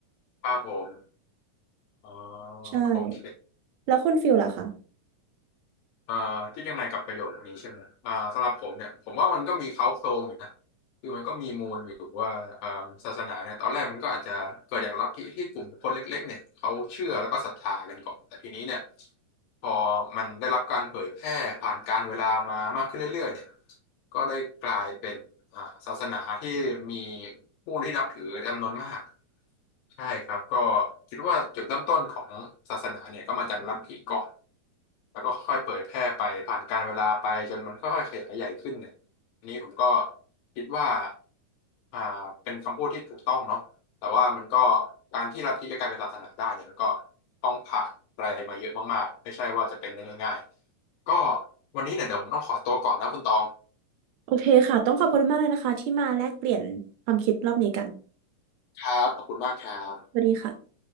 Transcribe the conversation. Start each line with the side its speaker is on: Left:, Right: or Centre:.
Left: ครับผมอ๋อ
Right: ใช่
Left: โอเค
Right: แล้วคุณฟิลล่ะคะ
Left: อ่าที่ยังไงกับประโยคนี้ใช่ไหมอ่าสำหรับผมเนี่ยผมว่ามันก็มีเค้าโครงอยู่นะคือมันก็มีมูลอยู่ว่าอ่าศาสนาเนี่ยตอนแรกมันก็อาจจะเกิดจากลัทธิที่กลุ่มคนเล็กๆเนี่ยเขาเชื่อแล้วก็ศรัทธากันก่อนแต่ทีนี้เนี่ยพอมันได้รับการเผยแพร่ผ่านการเวลามามากขึ้นเรื่อยๆเนี่ย ก็ได้กลายเป็นอ่าศาสนาที่มีผู้ที่นับถือจำนวนมากใช่ครับก็คิดว่าจุดเริ่มต้นของศาสนาเนี่ยก็มาจากลัทธิก่อนแล้วก็ค่อยๆเผยแพร่ไปผ่านกาลเวลาไปจนมันค่อยๆขยายใหญ่ขึ้นเนี่ยอันนี้ผมก็คิดว่าอ่าเป็นคำพูดที่ถูกต้องเนาะแต่ว่ามันก็การที่ลัทธิจะกลายเป็นศาสนาได้เนี่ยมันก็ต้องผ่านอะไรมาเยอะมากๆไม่ใช่ว่าจะเป็นได้ง่ายๆก็วันนี้เนี่ยเดี๋ยวผมต้องขอตัวก่อนนะคุณตอง
Right: โอเคค่ะต้องขอบคุณมากเลยนะคะที่มาแลกเปลี่ยนความคิดรอบนี้กัน
Left: ครับ ขอบคุณมากครับ
Right: สวัสดีค่ะ